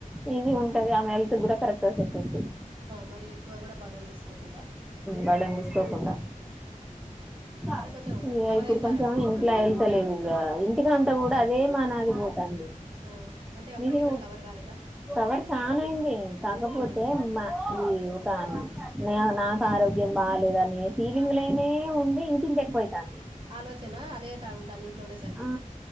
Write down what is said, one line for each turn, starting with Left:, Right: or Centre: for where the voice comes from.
Centre: ఈజిగ ఉంటది ఆమె హెల్త్ కూడా కరక్ట్ గా సెట్ అయితది.
Right: మరి ఎక్కువ కూడా బర్డన్ తీసుకోకుండా.
Centre: బర్డన్ తీసుకోకుండా ఇగ
Right: ఎట్లా కొంచెం కవర్
Centre: ఇప్పుడు
Right: అయిందారా
Centre: కొంచెం ఇంట్లా ఎళ్తలేదు ఇగా ఇం టి కాడా ఉంటే కూడా అదే మానాది పోతాంది.
Right: ఆ అంటే అప్పటికి
Centre: మీకు
Right: ఇప్పటికి కవర్ కాలేదా.
Centre: కవర్ చాన అయింది కాకపోతే
Right: "ఆ,
Centre: మా ఈ ఒక నీ ఆమె నాకు
Right: ఉమ్,
Centre: ఆరోగ్యం బాలేదని ఫీలింగ్లనే
Right: ఆహా
Centre: ఉండి ఇంకింత ఎక్కువైతాంది
Right: ఆలోచన అదే తా ఉంటాంది ఇంట్ల ఉండేసరికి.
Centre: ఆ